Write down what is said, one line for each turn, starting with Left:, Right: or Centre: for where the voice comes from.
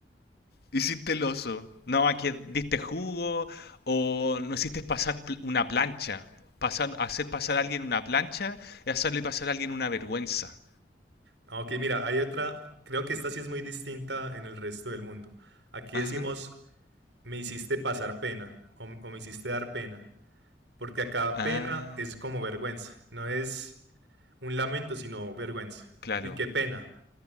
Left: Hiciste el oso. No, aquí diste jugo o no hiciste pasar pl- una plancha. Pasar, hacer pasar a alguien una plancha es hacerle pasar a alguien una vergüenza.
Right: Ah, Ok, mira, hay otra, creo que esta sí es muy distinta en el resto del mundo. Aquí
Left: Ajá.
Right: decimos, me hiciste pasar pena o, o me hiciste dar pena, porque acá
Left: Ah.
Right: pena es como vergüenza, no es un lamento, sino vergüenza.
Left: Claro.
Right: Uy, qué pena,